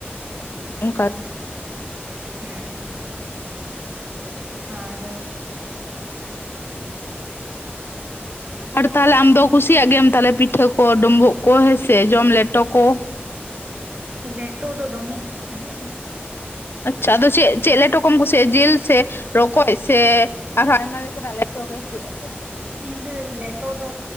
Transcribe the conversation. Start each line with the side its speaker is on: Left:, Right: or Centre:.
Left: <unintelligible>
Right: ᱦᱮᱸ ᱟᱨ
Left: ᱟᱨ ᱛᱟᱦᱚᱞᱮ ᱟᱢ ᱫᱚ ᱠᱩᱥᱤᱭᱟᱜ ᱜᱮᱭᱟᱢ ᱛᱟᱦᱚᱞᱮ ᱯᱤᱴᱷᱟᱹ ᱠᱚ ᱰᱩᱸᱵᱩᱜ ᱠᱚ ᱦᱮᱸᱥᱮ ᱡᱚᱢ ᱞᱮᱴᱚ ᱠᱚ
Right: ᱞᱮᱴᱚ ᱫᱚ ᱫᱚᱢᱮᱧ ᱠᱩᱥᱤᱭᱟᱜᱼᱟ
Left: ᱟᱪᱷᱟ ᱟᱫᱚ ᱪᱮᱫ ᱪᱮᱫ ᱞᱮᱴᱚ ᱠᱚᱢ ᱠᱩᱥᱤ <unintelligible> ᱪᱮᱫ ᱡᱤᱞ ᱥᱮ ᱨᱚᱠᱚᱡ ᱥᱮ ᱟᱨᱦᱚᱸ ᱟᱭᱢᱟ ᱞᱮᱠᱟᱱᱟᱜ ᱞᱮᱴᱚᱜᱮ ᱦᱩᱭᱩᱜᱼᱟ
Right: ᱤᱧ ᱫᱚ ᱞᱮᱴᱚ ᱫᱚ